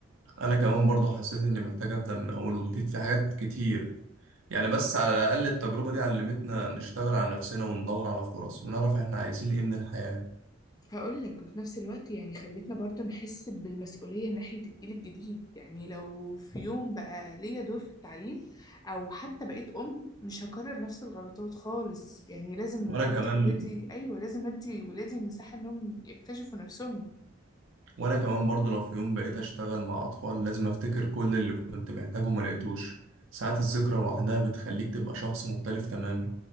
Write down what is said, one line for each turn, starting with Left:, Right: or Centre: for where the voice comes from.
Right: انا كمان برضه حسيت اني محتاج ابدا من اول وجديد في حاجات كتير يعني بس على الاقل التجربه دي علمتنا نشتغل على نفسنا وندور على فرص ونعرف احنا عايزين ايه من الحياه
Left: هقول لك وفي نفس الوقت يعني خلتنا برضو نحس بالمسؤولية ناحية الجيل الجديد يعني لو في يوم بقى ليا دور في التعليم أو حتى بقيت أم مش هكرر نفس الغلطات خالص يعني لازم
Right: وانا
Left: أدي
Right: كمان
Left: ولادي أيوة لازم أدي ولادي المساحة إنهم يكتشفوا نفسهم
Right: وانا كمان برضه لو في يوم بقيت اشتغل مع اطفال لازم افتكر كل اللي كنت محتاجه وما لقيتوش ساعات الذكرى لوحدها بتخليك تبقى شخص مختلف تماما